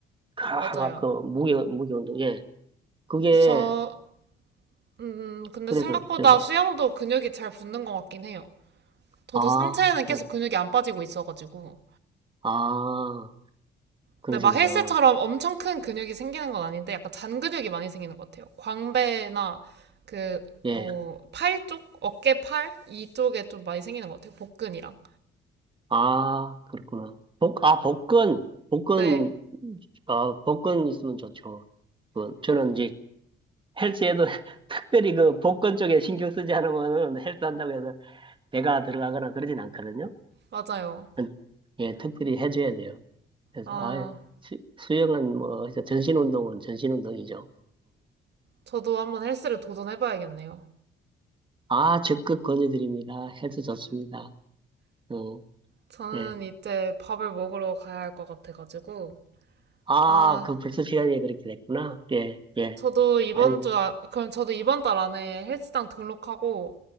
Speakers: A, on the right; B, on the right.
A: 가,
B: 맞아요.
A: 막, 그, 무게, 무게 운동, 예. 그게,
B: 근데 저, 음, 근데
A: 그래서
B: 생각보다
A: 저는,
B: 수영도 근육이 잘 붙는 것 같긴 해요. 저도
A: 아,
B: 상체에는
A: 그,
B: 계속 근육이 안 빠지고 있어가지고.
A: 아, 그러시구나.
B: 근데 막 헬스처럼 엄청 큰 근육이 생기는 건 아닌데 약간 잔 근육이 많이 생기는 것 같아요. 광배나 그
A: 예.
B: 뭐 팔 쪽, 어깨 팔 이쪽에 좀 많이 생기는 것 같아요. 복근이랑.
A: 아, 그렇구나. 복, 아, 복근, 복근,
B: 네,
A: 어, 복근 있으면 좋죠. 그, 저는 이제 헬스에도 <laughs> 특별히 그 복근 쪽에 신경 쓰지 않으면은 헬스 한다고 해서 배가 들어가거나 그러진 않거든요.
B: 맞아요.
A: 음, 예, 특별히 해줘야 돼요. 그래서,
B: 아,
A: 아 수영은 뭐, 해서 전신 운동은 전신 운동이죠.
B: 저도 한번 헬스를 도전해봐야겠네요.
A: 아, 적극 권유드립니다. 해도 좋습니다. 어,
B: 저는
A: 예.
B: 이제 밥을 먹으러 가야 할 것 같아가지고
A: 아,
B: 아,
A: 그 벌써 시간이 그렇게 됐구나. 예, 예.
B: 저도 이번
A: 아유,
B: 주 아- 그럼 저도 이번 달 안에 헬스장 등록하고